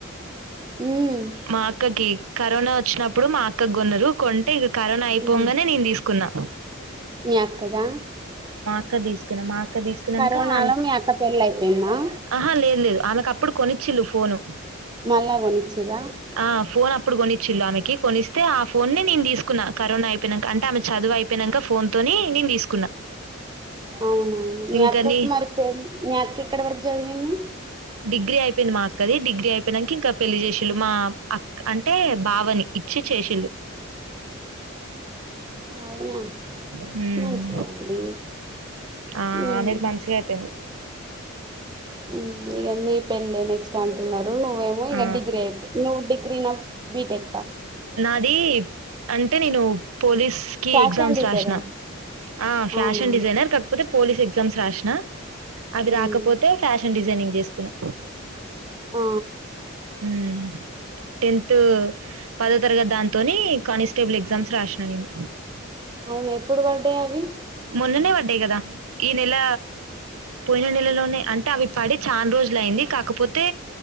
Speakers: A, on the right (about 20°); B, on the right (about 85°).
A: హ్మ్.
B: మా అక్కకి కరోనా వచ్చిన నప్పుడు మా అక్క గొన్నరు కొం టే ఇగ కరోనా అయిపొంగానే
A: హ్మ్.
B: నేను తీసుకున్నా
A: మీ అక్కదా
B: క్కదిస్ తుని మా అక్క దీసుకున్నాక
A: కరోనాలో
B: ఆ
A: మీ అక్క పెళ్ళి అయిపోయిందా
B: ఆహా లేదు లేదు ఆమెకప్పుడు కొనిచిల్లు ఫోను
A: మళ్ళా కొనిచ్చిరా
B: ఆ ఫోన్ అప్పుడు కొనిచ్చిళు ఆమెకి కొనిస్తే ఆ ఫో ఫోన్ని నేను తీసుకున్నా కరోనా అయిపోనాక అంటే ఆమె చదువు అయిపోయినాక ఫోన్తోని నేను తీసుకున్నా
A: అవునా మీ
B: ఇంకని
A: అక్కకు మరి మీ అక్క ఎక్కడ వరకు చదివింది
B: డిగ్రీ అయిపోయింది మా అక్కది డిగ్రీ అయిపోయినంకా ఇంకా పెళ్ళి చేషిళ్ళు మా అక్క అంటే బావని ఇచ్చి చేషిళ్ళు
A: అవునా
B: హుమ్మ్
A: మంచిగా అండి
B: ఆ
A: ఉమ్
B: ఆమెది మంచిగా అయిపోయింది
A: ఉమ్ ఇగ నీ పెళ్ళే నెక్స్ట్ అంటున్నారు నువ్వేమో ఇగ
B: ఆ
A: డిగ్రీ అయి నువ్వు డిగ్రీ నా బీటెక్ ఆ
B: నాది అంటే నేను పోలీస్ కి
A: ఫ్యాషన్
B: ఎగ్జామ్స్
A: డిజైన్
B: రాషిన ఆ ఫ్యాషన్
A: అవునా
B: డిజైనర్ కాకపోతే పోలీస్ ఎగ్జామ్స్ రాషిన అవి
A: ఉమ్
B: రాకపోతే ఫ్యాషన్ డిజై జనింగ్ చేస్తున్నా
A: ఆ
B: ఉమ్ టెన్త్ పదో తరగతి దాంతోని కానిస్టేబుల్ ఎగ్జామ్స్ రాసిన నేను
A: అవును ఎప్పుడు పర్డే అవి
B: మొన్ననే పడ్డాయి కదా ఈ నెల పోయిన నెలలోనే అంటే అవి పాడి చాలా రోజుల అయింది కాకపోతే